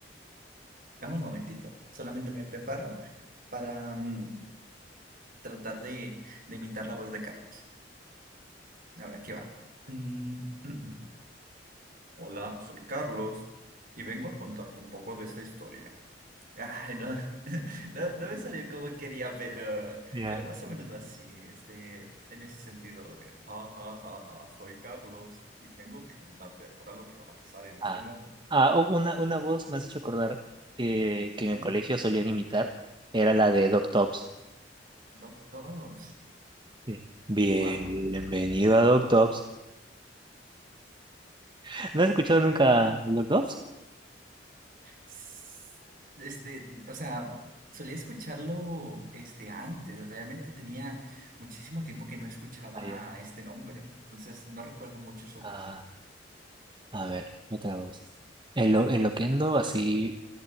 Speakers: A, on the right; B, on the right.
A: Dame un momentito. Solamente me preparo para mm, tratar de, de imitar la voz de Carlos. Ahora aquí va. Mm, mm, mm. Hola, soy Carlos y vengo a contarte un poco de esta historia. Ay, no, <laughs> no, no me salió como quería, pero,
B: Ya.
A: pero más o menos va así, este, en ese sentido de, ja, ja, ja, ja, soy Carlos y tengo que contarte ahora lo que va a pasar en este
B: Ah,
A: momento.
B: ah, u- una, una voz me has hecho acordar que, que
A: Ajá,
B: en el colegio solían imitar, era la de Doc Tops.
A: dos, dos,
B: Sí. Bienvenido
A: guau.
B: a Doc Tops. <laughs> ¿No has escuchado
A: <laughs>
B: nunca Doc Tops?
A: S- Este, o sea, solía escucharlo, este, antes, realmente tenía muchísimo tiempo que no escuchaba
B: Ah, ya.
A: este nombre, entonces no recuerdo mucho su
B: Ah,
A: voz.
B: a ver, ¿qué otra voz? El, lo- el Loquendo, así.